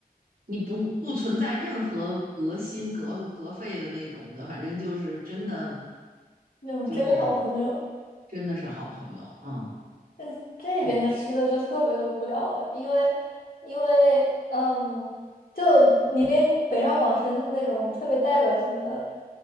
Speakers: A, on the right; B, on the left.
A: 你不不存在任何隔心隔隔肺的那种的，反正就是真的
B: 那种真好朋友。
A: 就是真的是好朋友。嗯，
B: 嗯，这边的吃的就特别的无聊了，
A: 就是
B: 因为因为嗯，就你连北上广深的那种特别代表性的，